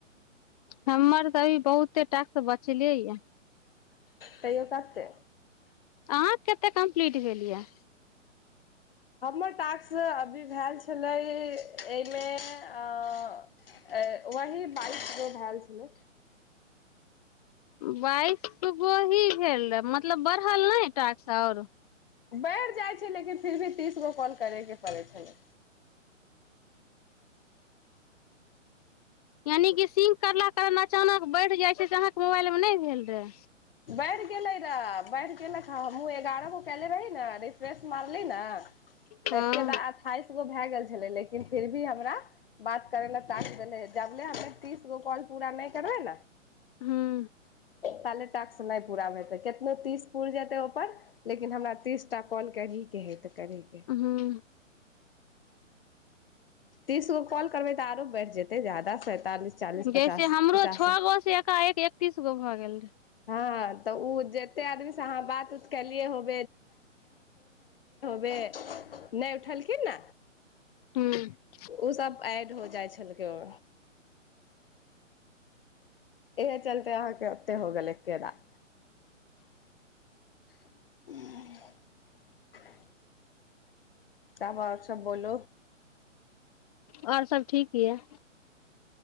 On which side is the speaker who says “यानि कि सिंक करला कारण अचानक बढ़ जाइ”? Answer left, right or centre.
Left